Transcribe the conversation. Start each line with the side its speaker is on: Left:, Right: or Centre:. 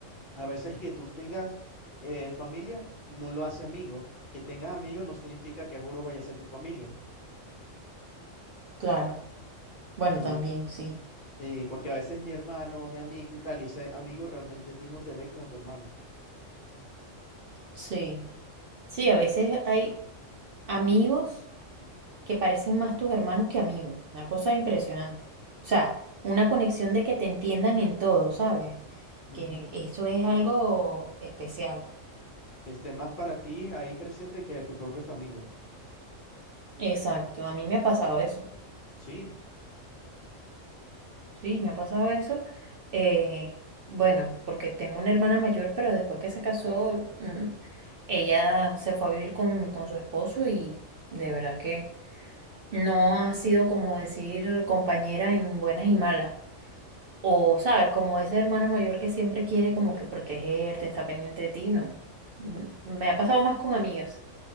Left: A veces que tú tengas eh, familia no lo hace amigo y que tengas amigos no significa que juro vaya a ser tu familia.
Right: claro. Bueno,
Left: Y
Right: también, sí,
Left: eh, porque a veces mi hermano, mi amigo y tal, y ese amigo realmente a ti no te ve como tu hermano.
Right: sí. Sí, a veces hay amigos que parecen más tus hermanos que amigos, una cosa impresionante. O sea, una conexión de que te entiendan en todo, ¿sabes?
Left: Ujú.
Right: Que eso es algo especial.
Left: Que esté más para ti ahí presente que tu propia familia.
Right: Exacto, a mí me ha pasado eso,
Left: Sí,
Right: sí, me ha pasado eso. eh, bueno, porque tengo una hermana mayor, pero después que se casó, mm, ella se fue a vivir con, con su esposo y de verdad que no ha sido como decir compañera en buenas y malas. O, sabes, como esa hermana mayor que siempre quiere como que protegerte, está pendiente de ti, no. Mm, Me ha pasado más con amigas.